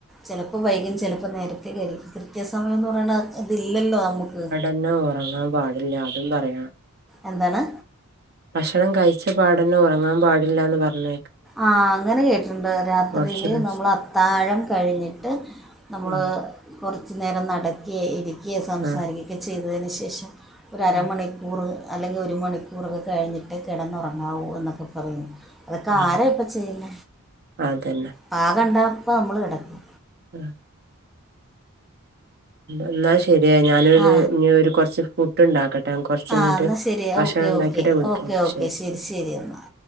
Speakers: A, in the centre; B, on the right.
A: ചിലപ്പോൾ വൈകും ചിലപ്പോൾ നേരത്തേ കഴിക്കും കൃത്യസമയംന്ന് പറയണ ഇതില്ലല്ലോ നമുക്ക്
B: പിന്നെ ഉറങ്ങാൻ പാടില്ല അതും പറയാ
A: എന്താണ്
B: ഭക്ഷണം കഴിച്ച പാടന്നെ ഉറങ്ങാൻ പാടില്ലാന്ന് പറഞ്ഞ
A: ആഹ് അങ്ങനെ കേട്ടിട്ടുണ്ട് രാത്രിയില്
B: കൊറച്ച് റെസ്
A: നമ്മൾ അത്താഴം കഴിഞ്ഞിട്ട് നമ്മൾ
B: ഉം
A: കുറച്ച നേരം നടക്കുക ഇരിക്കുക സംസാരിക്കുകയൊക്കെ
B: ആഹ്
A: ചെയ്തതിന് ശേഷം ഒരുരരമണി
B: ആഹ്
A: കൂറ് അല്ലെങ്കിൽ ഒരു മണിക്കൂറൊക്കെ കഴിഞ്ഞിട്ട് കിടന്നുറങ്ങാവൂ എന്നൊക്കെ പറയുന്നു ക്ക
B: ആഹ്
A: ആര ഇപ്പ ചെയ്ല്ല
B: അതന്നെ
A: പാകണ്ടപ്പ നമ്മള് കിടക്കും
B: ഉം എന്നാ ശരിയ ഞാനൊരു
A: ആ
B: ഇ ഒരു കുറച്ച് ഫ ഫുഡ്‌ ഉണ്ടാക്കട്ടെ കൊറച്ച് കഴിഞ്ഞിട്ട്
A: ആ എന്നാൽ ശരി
B: ഭക്ഷണം
A: ഓക്കെ
B: ഉണ്ടാക്കിട്ടെ
A: ഓക്കെ
B: വിളിക്കാം
A: ഓക്കെ ഓക്കെ
B: ശരി
A: ശരി എന്നാൽ